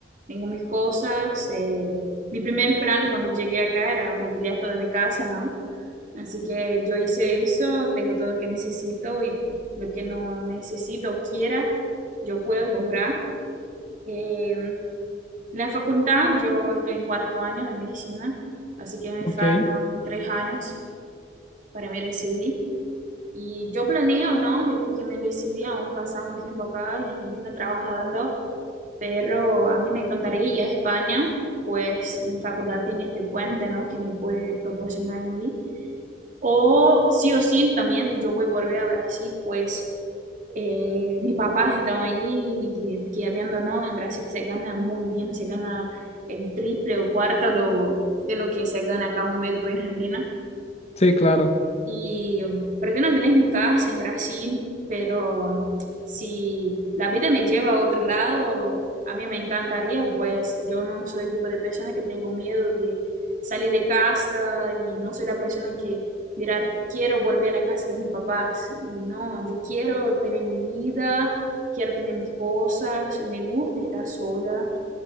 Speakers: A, on the right; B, on the left.
A: tengo mis cosas. eh, mi primer plan cuando llegué acá era mobiliar toda mi casa, ¿no? Así que yo hice eso, tengo todo lo que necesito y lo que no necesito o quiera, yo puedo comprar. Eh, La facultad, yo estoy en cuarto año de medicina, así que me
B: ok.
A: faltan tres años para me recibir. Y yo planeo, ¿no? Después que me recibí, aún pasar un tiempo acá en Argentina trabajando, pero a mí me encantaría ir a España, pues mi facultad tiene este puente, ¿no? Que me puede proporcionar allí. O sí o sí, también yo voy a volver a Brasil, pues eh, mis papás estaban ahí y queriendo, ¿no? En Brasil se gana muy bien, se gana el triple o cuarto lo- de lo que se gana acá un médico en Argentina.
B: Sí, claro,
A: Y um, pretendo tener mi casa en Brasil, pero um, si la vida me lleva a otro lado, a mí me encantaría, pues yo no soy el tipo de persona que tengo miedo de salir de casa y no soy la persona que dirá, quiero volver a la casa de mis papás. No, yo quiero tener mi vida, quiero tener mis cosas, me gusta estar sola,